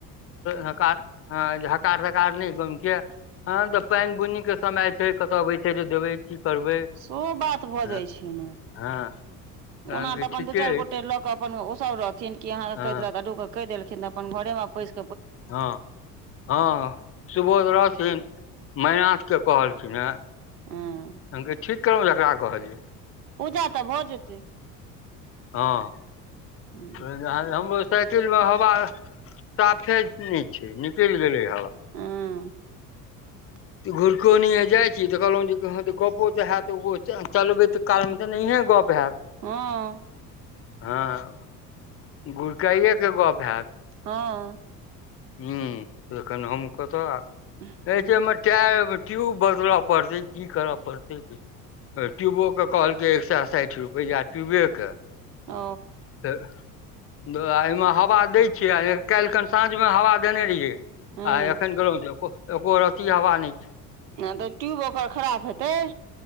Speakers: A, on the left; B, on the right.
A: हकार हँ हकार तकार नैय गामके- हँ तऽ पैन बुनी के समय छै कतऽ बैसऽ लेेए देबेै की करबै
B: सेहो बात भऽ
A: हँ
B: जाय छै ने-
A: हँ। तहन
B: ओना
A: कि
B: तऽ अपन
A: ठीके
B: दू चैर गोटे
A: अछि
B: लऽ कऽ अपन ओ सब रहथिन कि आहाँके
A: हँ
B: कैहदेलक आ दुगो। कैहदेलखिन तऽ अपन घरे मे पइस-
A: हँ हँ सुबोध रहथिन मैनाथके कहलखिन हेँ।
B: हूँ।
A: हम कहलियै ठीक कहलौ जकरा अहाँ कहलियै।
B: पूजा तऽ भऽ जेतै।
A: हां।
B: ऊं।
A: <unintelligible> हमरो साइकिल मे हवा साफे नै छै, निकैल गेलै ह बा।
B: हँ <inaudible>
A: तऽ घुरकोनया जाय छी तऽ कहलौ जे घर गप्पो तऽ हैत उहो च चलबैत काल मे तऽ नहिये गप हाएत।
B: हां।
A: हां गुड़काइये के गप हाएत।
B: हां।
A: हुं एखन हम कतऽ
B: हँ
A: ऐसे हमर टाएर, ट्यूब बदलऽ पड़तै, की करऽ पड़तै <unintelligible> आ ट्यूबो के कहलकै एक सए साएठ रुपैया ट्यूबे के।
B: औ।
A: तऽ द ए मे हवा दै छियै आ काएलखन साँझ मे हवा देने रिहै।
B: हँ
A: आ एखन गेलौ ते एको, एको रति हवा नै छै।
B: हां तऽ ट्यूब ओकर खराब हेतै।